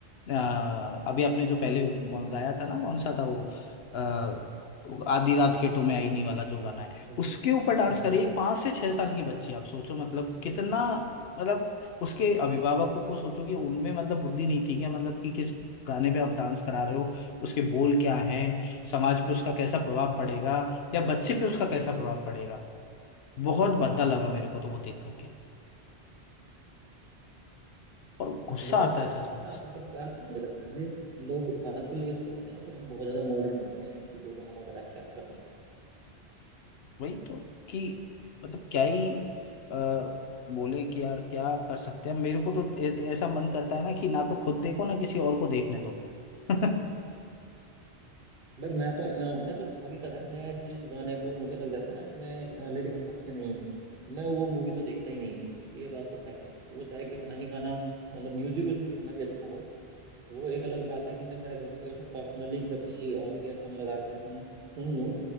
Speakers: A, on the left; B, on the right.
A: अ, अभी आपने जो पहले
B: हम्म
A: गाया था ना कौन सा था वो आ, आधी रात खेतों में आईनी वाला जो गाना है
B: हम्म
A: उसके
B: हम्म,
A: ऊपर डांस कर रही
B: हम्म,
A: है एक पांच से
B: बताओ।
A: छह साल की बच्ची आप सोचो मतलब कितना मतलब उसके अभिभावकों को सोचो कि उनमें मतलब बुद्धि नहीं थी क्या मतलब कि किस गाने पे आप डांस करा रहे हो उसके बोल क्या हैं समाज पे उसका कैसा प्रभाव पड़ेगा या बच्चे पे उसका कैसा
B: हम्म,
A: प्रभाव पड़ेगा बहुत भद्दा लगा मेरे को तो वो देख करके और
B: बस
A: गुस्सा
B: लोगों
A: आता
B: ने
A: है सच में
B: ना आजकल क्या समझ रखा है लोग आजकल ये सोचते हैं कि हम बहुत ज्यादा मॉडर्न हो गए हैं इन चीजों को हम अगर एक्सेप्ट कर लें तो
A: वही तो कि मतलब क्या ही आ, बोले कि यार क्या कर सकते हैं मेरे को तो ए- ऐसा मन करता है ना कि ना तो खुद देखो ना किसी और को देखने दो <laughs>
B: भाई मैं तो अ, मैं तो हकीकत है मैं जिस गाने को मुझे लग जाता है ना इसमें लिरिक्स अच्छे नहीं है मैं वो मूवी तो देखता ही नहीं हूँ ये बात तो फैक्ट है वो चाहे कितना ही गाना मतलब म्यूजिक उसमें कितना भी अच्छा हो वो एक अलग बात है कि मैं शायद हो सके उसे पर्सनली कभी ईयरफोन लगा के सुन सुन लूं